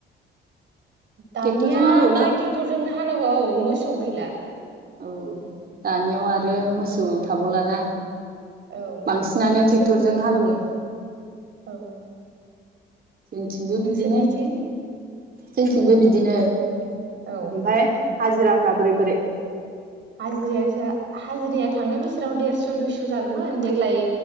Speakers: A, on the right (about 65°); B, on the right (about 50°).
A: दानिया
B: ट्रेक्टरजों हालेवोना
A: फ्राय टेक्टरजोंनो हालौबो औ औ मोसौ गैला
B: औ दानियाव आरो मोसौ थाबावलाना
A: औ
B: बांसिनानो
A: नोंसोर
B: ट्रेक्टरजों हालौवो
A: औ
B: जोंथिंबो
A: नोंसोरनिथिं
B: बिदिनो जोंथिंबो
A: औ
B: बिदिनो ओमफाय
A: औ
B: हाजिराफ्रा बोरै बोरै?
A: हाजिराया हाजिराया थांनाय बोसोराव देरस' दुइस' जादोंमोन देग्लाय